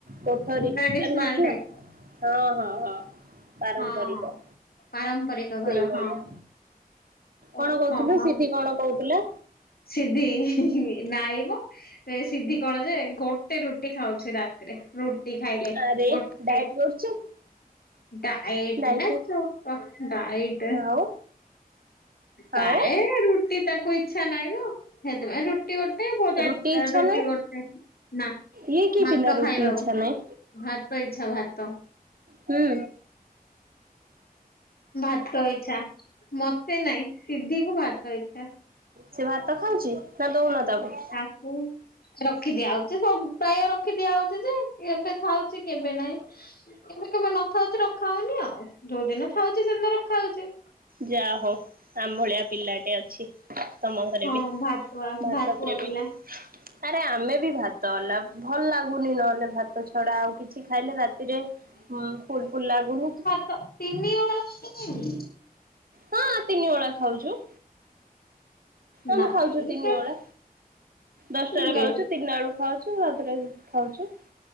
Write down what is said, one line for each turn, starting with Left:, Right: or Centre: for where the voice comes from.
Right: କୋଠରୀ
Left: ଟ୍ରାଡିସନାଲ
Right: ଏ ନଥିଲା।
Left: ଟାଇପ
Right: ହଁ ହଁ ହଁ, ପାରମ୍ପରିକ
Left: ହଁ ପାରମ୍ପରିକ
Right: ସେଇଭଳିଆ।
Left: ଘର ହଁ ଓ
Right: କଣ କହୁଥିଲ?
Left: ହଁ ହଁ
Right: ସିଧି କଣ କହୁଥିଲା?
Left: ସିଧି ନାଇଁ ମ! ଏ ସିଧି କଣ ଯେ ଗୋଟେ ରୁଟି ଖାଉଛି ରାତିରେ ରୁଟ୍ ରୁଟି ଖାଇଲେ
Right: ଆରେ
Left: ଗୋଟେ।
Right: ଡାଏଟ କରୁଛି
Left: ଡାଏଟ୍
Right: ଡାଏଟ
Left: ନା ଚୋପା ଡାଏଟେ।
Right: ଆଉ
Left: ପାଏ
Right: ଆଉ
Left: ରୁଟି ତାକୁ ଇଚ୍ଛା ନାଇଁ ତ ସେଥିପାଇଁ ରୁ ରୁଟି ଗୋଟେ ଭଜାକ୍
Right: ରୁଟି ଇଚ୍ଛା
Left: ଏ ରୁଟି
Right: ନାହିଁ
Left: ଗୋଟେ ନା
Right: ଇଏ କି
Left: ଭାତ
Right: ପିଲା ରୁଟି
Left: ଖାଇବାକୁ
Right: ଇଚ୍ଛା ନାହିଁ
Left: ଭାତ ଇଚ୍ଛା ଭାତ।
Right: ହୁଁ।
Left: ଭାତ ଇଚ୍ଛା, ମତେ ନାଇଁ ସିଧିକୁ ଭାତ ଇଚ୍ଛା।
Right: ସିଏ ଭାତ ଖାଉଚି, ନାଁ ଦଉନ ତାକୁ।
Left: ତାକୁ ରଖି ଦିଆ ହଉଚି, ସବୁ ପ୍ରାୟ ରଖି ଦିଆହଉଚି ଯେ, କେବେ ଖାଉଛି କେବେ ନାଇଁ। କେବେ କେବେ ନଥାଉଚି ରଖା ହଉନି ଆଉ, ଯୋଉ ଦିନ ଥାଉଚି ସେଦିନ ରଖା ହଉଚି।
Right: ଯାହାହଉ ଆମ ଭଳିଆ ପିଲାଟେ ଅଛି। ତମ ଘରେ
Left: ହଁ
Right: ବି,
Left: ଭାତୁଆ
Right: ଭାତ
Left: ଭାତୁଆ
Right: ପ୍ରେମି।
Left: ପିଲା
Right: ଆରେ ଆମେ ବି ଭାତ ହେଲା ଭଲ୍ ଲାଗୁନି ନହେଲେ ଭାତ ଛଡା ଆଉ କିଛି ଖାଇଲେ ରାତ୍ ତିରେ ହୁଁ ଫୁଲ୍ ଫୁଲ୍ ଲାଗୁନି କି
Left: ତ ତିନି ଓଳା ଭାତ ଖାଇବେ।
Right: ହଁ ତିନି ଓଳା ଖାଉଚୁ। ଆମେ
Left: ନାଇଁ
Right: ଖାଉଚୁ ତିନି ଓଳା ଦଶଟାରେ
Left: ସେମିତି
Right: ଖାଉଚୁ ତିନିଟାବେଳକୁ ଖାଉଚୁ <unintelligible> ଖାଉଚୁ।